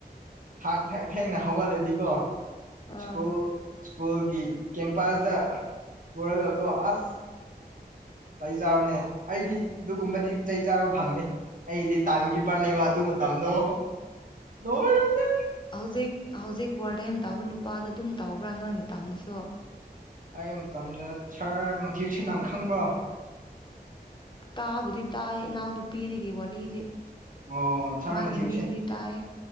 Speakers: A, on the right; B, on the left.
A: ꯊꯥꯛ ꯊꯥꯛ ꯊꯦꯡꯅ ꯍꯧꯒꯠꯂꯗꯤꯀꯣ
B: ꯑꯥ
A: ꯁ꯭ꯀꯨꯜ ꯁ꯭ꯀꯨꯜꯒꯤ ꯀꯦꯝꯄꯥꯁꯇ ꯄꯨꯔꯒ ꯀꯣ ꯑꯁ ꯆꯩ ꯆꯥꯕꯅꯦ ꯑꯩꯗꯤ ꯑꯗꯨꯒꯨꯝꯕꯗꯤ ꯆꯩ ꯆꯥꯕ ꯐꯪꯗꯦ ꯑꯩꯗꯤ ꯇꯥꯏꯝ ꯀꯤꯞꯄꯔꯅꯦꯕ ꯑꯗꯨ ꯃꯇꯝꯗꯣ ꯂꯣꯢꯔꯕꯅꯤ
B: ꯍꯧꯖꯤꯛ ꯍꯧꯖꯤꯛ ꯋꯥꯔꯗꯦꯟ ꯇꯥꯎꯕ ꯅꯨꯄꯥꯗꯣ ꯑꯗꯨꯝ ꯇꯥꯎꯕ꯭ꯔꯥ ꯅꯣꯏ ꯃꯇꯝꯗꯁꯨ
A: ꯑꯩ ꯃꯇꯝꯗ ꯁꯥꯔ ꯃꯊꯤ ꯁꯦꯅꯥꯥꯡ ꯈꯪꯕ꯭ꯔꯣ
B: ꯇꯥꯕꯨꯗꯤ ꯇꯥꯏ ꯏꯅꯥꯎ ꯅꯨꯄꯤꯗꯒꯤ ꯋꯥꯔꯤꯗꯤ
A: ꯑꯣ ꯁꯥꯔ
B: ꯃꯥꯒꯤ
A: ꯃꯊ꯭ꯌꯨ
B: ꯃꯤꯡꯗꯤ ꯇꯥꯏ